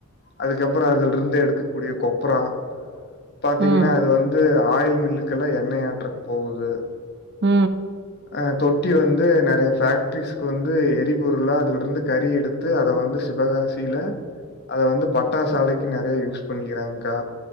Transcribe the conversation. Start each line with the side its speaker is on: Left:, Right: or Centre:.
Left: அதுக்கப்றோ அதுல இருந்து எடுக்கக்கூடிய கொப்ரா பாத்தீங்கன்னா
Right: ம், ம்,
Left: அது வந்து ஆயில் மில்லுக்குல்லா எண்ணெய ஆற்றதுக்கு போகுது
Right: உ
Left: அ தொட்டி வந்து நெறைய ஃபேக்ட்ரிசுக்கு வந்து எரிபொருளா அதுலருந்து கறி எடுத் த்து அத வந்து சிவகாசியில அத வந்து பட்டாசாலைக்கு நெறைய யூஸ் பண்ணிக்கிறாங்க்கா